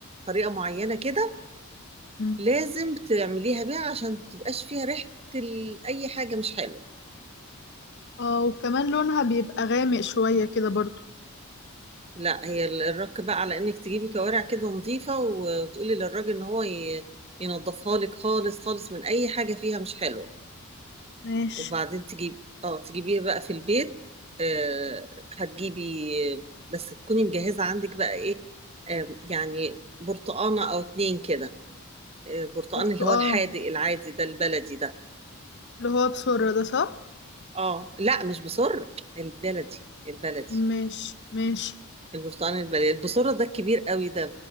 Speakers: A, on the right (about 25°); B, on the left (about 50°).
A: طريقه معينه كده
B: مم.
A: لازم تعمليها بيها عشان متبقاش فيها ريحه ال- اي حاجه مش حلوه
B: اه وكمان لونها بيبقى غامق شوية كده برضه
A: لا هي ال- الرك بقى على انك تجيبي كوارع كده نظيفه وتقولي للراجل ان هو ي- ينضفها لك خالص خالص من اي حاجه فيها مش حلوه
B: ماشي
A: وبعدين تجيب اه تجيبيها بقى في البيت آه هتجيبي آه، بس تكوني مجهزة عندك بقى ايه آه يعني برتقانة او اتنين كده آه برتقان
B: برتقال
A: اللي هو الحادق العادي ده البلدي ده
B: اللي هو بسرة ده صح
A: اه لا مش بصر البلدي البلدي
B: ماشي ماشي
A: البرتقان البلدي البصرة ده الكبير قوي ده